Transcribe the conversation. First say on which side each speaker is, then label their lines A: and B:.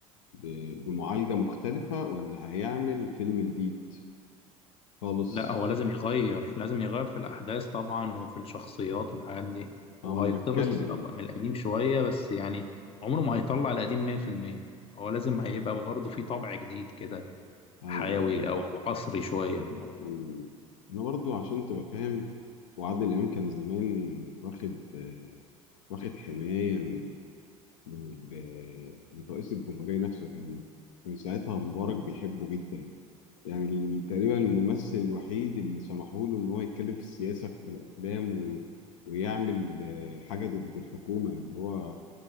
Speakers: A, on the left; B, on the left.
A: ب... بمعالجه مختلفه ولا هيعمل فيلم جديد خالص
B: لا هو لازم يغير لازم يغير في الأحداث طبعا وفي الشخصيات والحاجات دي
A: اه
B: هو
A: ما انا
B: هيقتبس
A: بتكلم
B: طبعا من القديم شوية بس يعني عمره ما هيطلع القديم 100% هو لازم هيبقى برضه فيه طبع جديد كده
A: ايوه
B: حيوي
A: ايوه
B: أو عصري شوية في الموضوع
A: مم. انا برضو عشان تبقى فاهم وعادل امام كان زمان واخد آه، واخد حمايه من من ال- من رئيس الجمهوريه نفسه كان كان ساعتها مبارك بيحبه جدا يعني ال- تقريبا الممثل الوحيد اللي سمحوا له ان هو يتكلم في السياسه في الافلام وي- ويعمل آه، حاجه ضد الحكومه اللي هو